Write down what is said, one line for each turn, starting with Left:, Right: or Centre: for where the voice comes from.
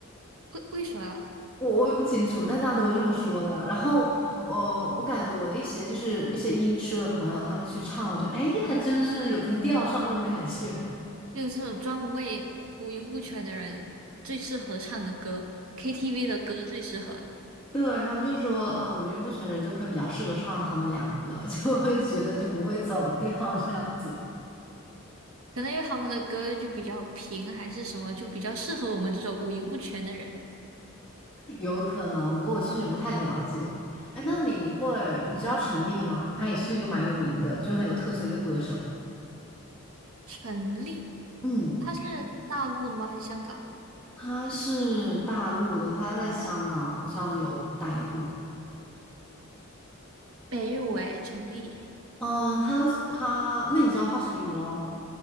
Right: 为为什么呀？
Centre: 我我也不清楚，但大家都是这么说的。然后我呃，我感觉我的一些就是一些音痴的朋友，他们去唱，我觉得哎，还真的是有在调上这种感觉。<laughs>
Right: 就是这种专为五音不全的人最适合唱的歌，KTV 的歌最适合。
Centre: 对，他们就说，嗯、五音不全人就会比较适合唱他们两个，<laughs> 就会觉得就不会走调这样子。
Right: 可能因为他们的歌就比较平，还是什么，就比较适合我们这种五音不全的人。
Centre: 有可能，不过我确实不太了解。哎，那你会，你知道陈粒吗？他也是一个蛮有名的，就很有特色一个歌手。
Right: 陈粒，
Centre: 嗯，
Right: 他是大陆的吗？还是香港？
Centre: 他是大陆的，他在香港好像有待过。
Right: 没有诶，陈粒。
Centre: 嗯，他他，那你知道华晨宇喽？